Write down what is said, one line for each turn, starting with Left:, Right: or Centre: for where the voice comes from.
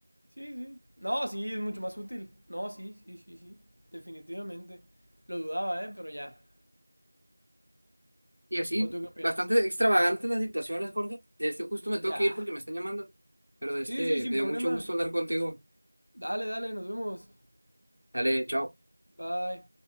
Left: Sí, sí. No, sí, es mucho más útil. No, sí, sí, sí, sí. Definitivamente. Lo dudaba, ¿eh? Pero ya.
Right: Y así,
Left: ¿O tú qué opinas?
Right: bastante extravagantes las situaciones, Jorge. De este justo me tengo
Left: Ya.
Right: que ir porque me están llamando. Pero de este,
Left: Sí, sí, sin
Right: me
Left: problema.
Right: dio mucho gusto hablar contigo.
Left: Dale, dale, nos vemos.
Right: Dale, chao.
Left: Bye.